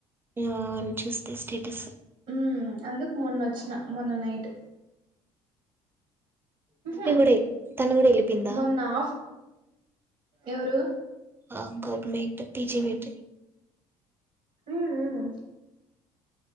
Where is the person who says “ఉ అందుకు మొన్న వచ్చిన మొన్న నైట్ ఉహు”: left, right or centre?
Right